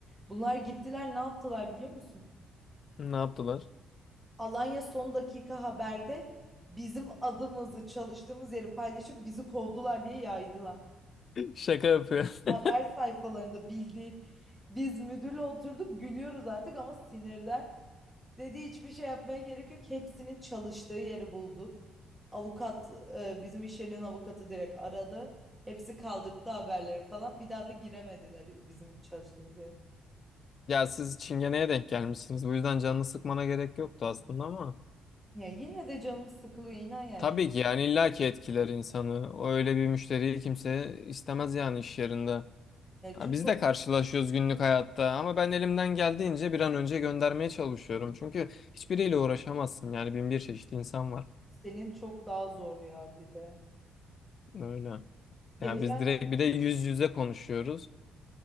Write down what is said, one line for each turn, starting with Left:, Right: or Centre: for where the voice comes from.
Centre: Bunlar gittiler ne yaptılar biliyor musun?
Left: Ne yaptılar?
Centre: Alanya son dakika haberde bizim adımızı çalıştığımız yeri paylaşıp bizi kovdular diye yaydılar.
Left: Şaka yapıyor. <laughs>
Centre: haber sayfalarında bildiğin biz müdürle oturduk gülüyoruz artık ama sinirden. Dedi hiçbir şey yapmaya gerek yok. Hepsinin çalıştığı yeri bulduk. Avukat e, bizim iş yerinin avukatı direkt aradı. Hepsi kaldırdı haberleri falan. Bir daha da giremediler bizim çalıştığımız yere.
Left: Ya siz çingeneye denk gelmişsiniz. Bu yüzden canını sıkmana gerek yoktu aslında ama.
Centre: Ya yine de canım sıkılıyor inan yani.
Left: Tabii ki yani illaki etkiler insanı. O Öyle bir müşteriyi kimse istemez yani iş yerinde.
Centre: Ya çünkü
Left: Ya biz
Centre: o
Left: de karşılaşıyoruz günlük hayatta ama ben elimden geldiğince bir an önce göndermeye çalışıyorum. Çünkü hiçbiriyle uğraşamazsın yani bin bir çeşit insan var.
Centre: senin çok daha zor ya bir de.
Left: Öyle.
Centre: Geçen
Left: Ya biz direkt bir de yüz yüze konuşuyoruz.